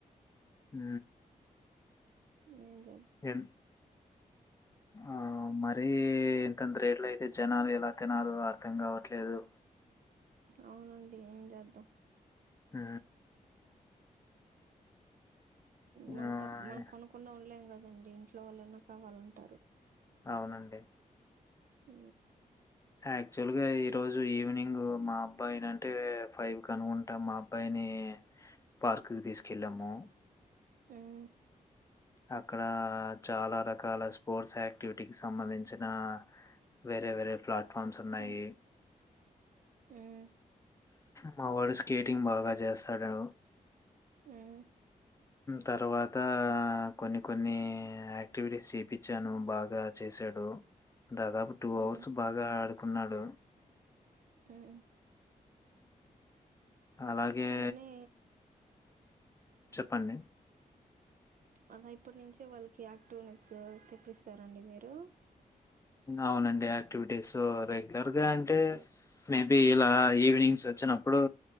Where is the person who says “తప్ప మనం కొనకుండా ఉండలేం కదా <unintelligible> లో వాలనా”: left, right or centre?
Right